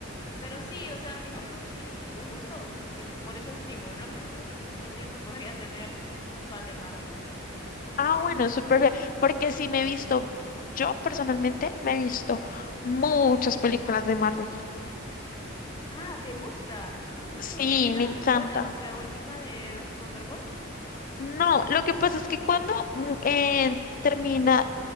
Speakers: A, on the left; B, on the left.
A: Pero sí, o sea, a mis primos sí y les gustó, así que por eso estimo, ¿no? <laughs> puntuación que podría tener un fan de Marvel.
B: Ah,
A: Mm,
B: bueno, súper
A: de ahí.
B: bien. Porque sí me he visto, yo personalmente me he visto muchas películas de Marvel.
A: Ah, ¿te gusta? Ah, no
B: Sí,
A: sabía. ¿Y no
B: me
A: la
B: encanta.
A: has visto la, la última de los Thunderbolts?
B: No, lo que pasa es que cuando mm, eh, termina